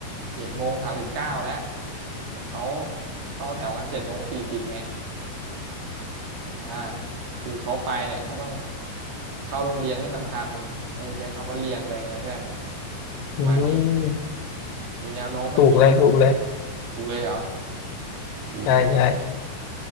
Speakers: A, on the right; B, on the left.
A: เจ็ดโมงสามสิบเก้าแล้วแต่เขาเข้าแถวกันเจ็ดโมงสี่สิบไง อ่าคือเขาไปเนี่ยก็ต้องเข้าโรงเรียนให้มันทันอะไรใช้คำว่าเรียนไปไงเพื่อนอ่ะประมาณนี้
B: อืม
A: มีแนวโน้มไม่มีแนวโน้มเนี่ย
B: ถูกเลยถูกเลย
A: ถูกเลยเหรอดีเพื่อนเอ้ย
B: ใช่ใช่